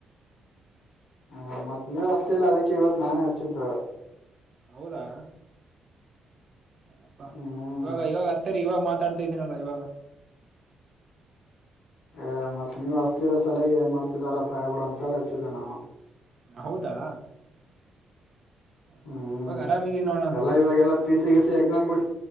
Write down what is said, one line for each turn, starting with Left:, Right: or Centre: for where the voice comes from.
Left: ಹ ಮತ್ ನೀವೆ ಹಸ್ತಿಲ್ಲ ಅದೀಕ್ಕೆ ಇವತ್ ನಾನೇ ಹಚ್ಚಿದ್ದ
Right: ಹೌದಾ ಏನಪ್ಪಾ
Left: ಹ್ಮ್
Right: ಇವಾಗ ಇವಾಗ ಹಸ್ತಾಯಿರಿ ಇವಾಗ ಮಾತಾಡ್ತ ತಿದಿನಲ್ಲಾ ಈವಾಗ
Left: ಏ ಮತ್ ನೀವ್ ಹಚ್ಲಿಲ್ಲ ಸಲಾಗೆ ಏನ್ ಮಾಡ್ತಿದಾರಾ ಸಾಹೇಬ್ರ ಅಂತೇಳಿ ಹಚ್ಚಿದ್ದೆ ನಾನು
Right: ಹೌದಾ ಹ್ಮ
Left: ಹ್ಮ್
Right: ಇವಾಗ ಆರಾಮಿದೀನಿ ನೋಡ
Left: ಎಲ್ಲಾ
Right: ನಾನು
Left: ಇವಾಗೆಲ್ಲಾ ಪಿ ಸಿ ಗಿಸಿ ಎಕ್ಸಾಮ್ ಬಿಟ್